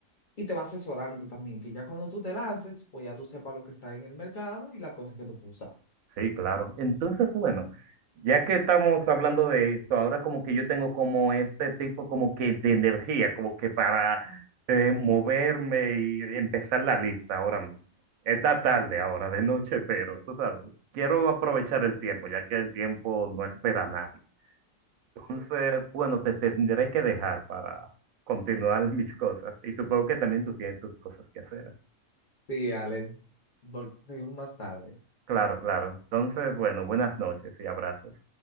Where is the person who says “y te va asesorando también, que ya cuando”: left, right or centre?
Left